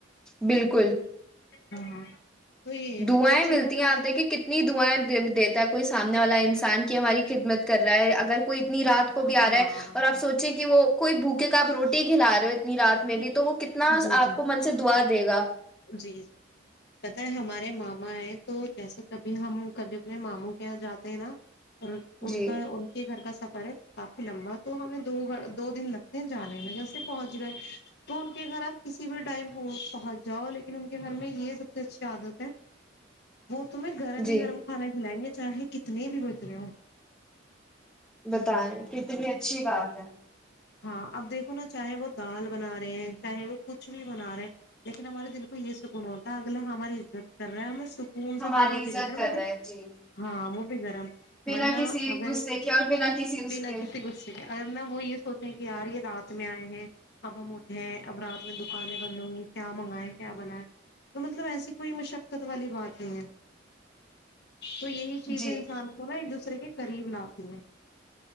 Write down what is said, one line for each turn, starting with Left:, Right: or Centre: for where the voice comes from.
Centre: بالکل
Left: ہاں ہاں تو یہ
Centre: دعائیں
Left: اور بچوں
Centre: ملتی
Left: کا تو
Centre: ہیں آپ
Left: پتلا
Centre: دیکھیے
Left: ہے
Centre: کتنی دعائیں دیتا ہے کوئی سامنے والا انسان سان کی ہماری خدمت کر رہا ہے اگر کوئی رات کو بھی
Left: ہاں
Centre: آ رہا ہے اور آپ سوچیں کہ وہ کوئی بوک کیونک آپ روٹی کھلا رہ ہو نی رات
Left: جی
Centre: میں بھی تو وہ کتنا
Left: جی
Centre: آپ کو من سے دعا دے گا
Left: جی جی پت ہے ہمارے ماما ہے تو جیسے کبھی ہم کبھی اپنے ماموں کے یہاں جاتے ہیں نا اور ان
Centre: جی
Left: کا ان کے گھر کا سب کافی لمبا تو ہمیں دو گ دو دن لگتے ہیں جانے میں جیسے پہنچ گئے تو ان کے گھر آپ کسی بھی ٹائم پہنچ جاؤ لیکن ان کے گھر میں یہ سب سے اچھی عادت ہے وہ تمہیں گرم
Centre: جی
Left: ہی گرم کھان کھلائیں گے چاہے کتنے بھی گزرے ہ
Centre: بتائیں کتنی اچھی بات ہے
Left: ہاں اب دیکھو نا چاہے وہ دال بنا رہے ہیں چاہے وہ کچھ بھی بنا رہے ہیں لیکن ہمارے دل کو یہ سکون ہوتا ہے اگلا ہماری عزت کر رہا ہے ہمیں سک اون سے
Centre: ہماری
Left: دو روٹی
Centre: عزت
Left: دے رہا ہے
Centre: کر
Left: وہ بھی
Centre: رہے ہیں جی
Left: ہاں وہ بھی گرم
Centre: بنا
Left: ورنہ
Centre: کسی
Left: اگر
Centre: غصے کے اور بنا کسی اس
Left: بنا
Centre: کے
Left: کسی غصے کے اگر نہ وہ یہ سوچ کہیار یہ رات میں آئے ہیں اب ہم اٹھے ہیں اب رات میں دکانیں بند ہوں گی کیا منگائےیں کیا بنیں تو مطلب ایسی کوئی مشقت والی بات نہیں ہے تو یہی چیزیں
Centre: جی
Left: انسان کو نا ایک دوسرے کے کر قریب لاتتی ہیں